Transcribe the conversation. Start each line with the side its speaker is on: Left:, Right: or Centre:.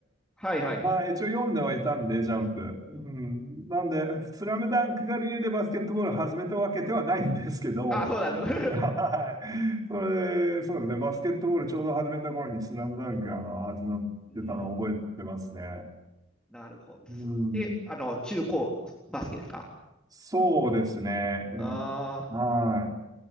Centre: はいはい。
Right: まあ、一応読んではいたんで、ジャンプ。
Centre: うん。
Right: うん。なんで、スラムダンクが理由でバスケットボールを始めたわけではないんですけど、
Centre: あ、そうなんです。
Right: <laughs> はい。それ、そうですね。
Centre: <laughs> うん。
Right: バスケットボールちょうど始めた頃にスラムダンクがあの始まってたのを覚えてますね。
Centre: うん。なるほどです。
Right: うん。
Centre: で、あの、中高バスケですか
Right: そうですね。え
Centre: あ
Right: ーはい。